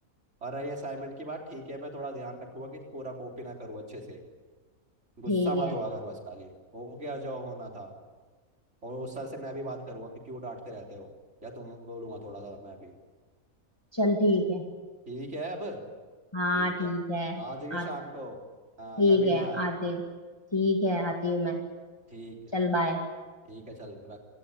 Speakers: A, on the right; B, on the left.
A: और रही असाइनमेंट की बात ठीक है मैं थोड़ा ध्यान रखूंगा कि पूरा कॉपी ना करूँ अच्छे से गुस्सा
B: ठीक
A: मत
B: है
A: हुआ कर बस खाली हो गया जो होना था और उस सर से मैं भी बात करूंगा कि क्यों डांटते रहते हो या तुम बोलूंगा थोड़ा सा मैं भी
B: चल ठीक है
A: ठीक है अब
B: हाँ
A: ठीक
B: ठीक
A: है
B: है
A: आ जाइए
B: आ
A: शाम को
B: ठीक
A: हाँ कभी
B: है
A: ना आए
B: आते ठीक है आती हूँ मैं
A: ठीक है
B: चल बाय
A: ठीक है चल रख